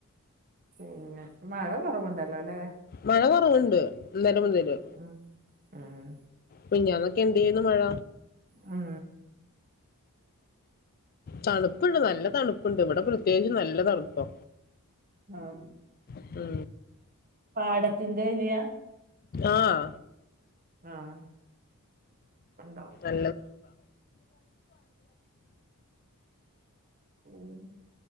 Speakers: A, on the right; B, on the left.
A: പിന്നെ മഴ കുറവുണ്ടല്ലോ ല്ലേ.
B: മഴ കുറവുണ്ട് ഇന്നല മുതല്.
A: ഉം ഉം
B: മിഞ്ഞാന്നൊക്കെ എന്തേനു മഴ.
A: ആഹ്.
B: തണുപ്പുണ്ട് നല്ല തണുപ്പുണ്ട് ഇവിടെ പ്രത്യേകിച്ച് നല്ല തണുപ്പാ.
A: ആഹ്.
B: ഉംഹ്.
A: പാടത്തിന്റേരിയ.
B: ആഹ്.
A: ആഹ് ഇപ്പണ്ടാവും.
B: <unintelligible>
A: ഉം